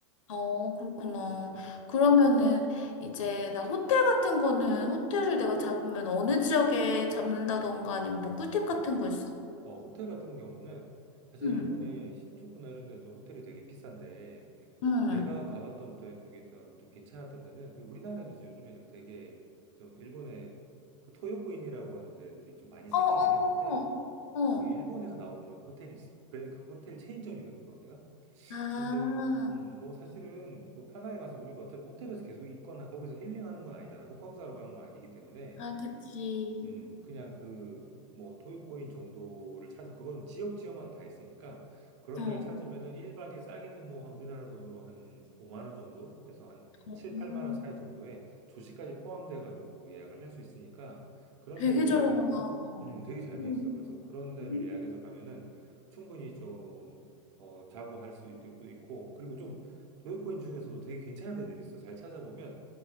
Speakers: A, on the left; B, on the right.
A: 어, 그렇구나.
B: 음.
A: 그러면은 이제 나 호텔 같은 거는 호텔을 내가 잡으면 어느 지역에 잡는다던가 아니면 뭐 꿀팁 같은
B: 음.
A: 거 있어?
B: 어, 호텔 같은 경우는 사실
A: 응,
B: 일본의 신주쿠나 이런 데도 호텔이 되게 비싼데
A: 응.
B: 내가 가봤던 데 중에서 좀 괜찮았던 데는 그 우리나라에도 이제 요즘에는 되게 좀 일본의 그 토요코인이라고 하는 데들이 좀 많이 생기긴
A: 어, 어,
B: 했는데
A: 어.
B: 그 일본에서 나온 건 호텔이 브랜드 그 호텔 체인점이거든 거기가.
A: 아,
B: 근데 음, 뭐 사실은 그 편하게 가서 우리가 어차피 호텔에서 계속 있거나 거기서 힐링하는 건 아니잖아. 호캉스하러 가는 건 아니기 때문에
A: 아, 그치.
B: 음, 그냥 그, 뭐, 토이코인 정도를 찾아서, 그거는 지역 지역마다 다 있으니까, 그런
A: 어,
B: 데를 찾으면은 1박에 싸게는 뭐, 한 우리나라 돈으로 한 5만 원 정도? 그래서 한
A: 어
B: 7, 8만 원 사이 정도에 조식까지 포함돼가지고 예약을 할 수 있으니까, 그런
A: 되게
B: 데를 예약을
A: 저렴하다.
B: 해서, 음, 되게 잘
A: 응,
B: 돼 있어. 그래서 그런 데를
A: 응.
B: 예약해서 가면은 충분히 좀, 어, 자고 할 수 있고, 그리고 좀, 토이코인 중에서도 되게 괜찮은 데들이 있어. 잘 찾아보면,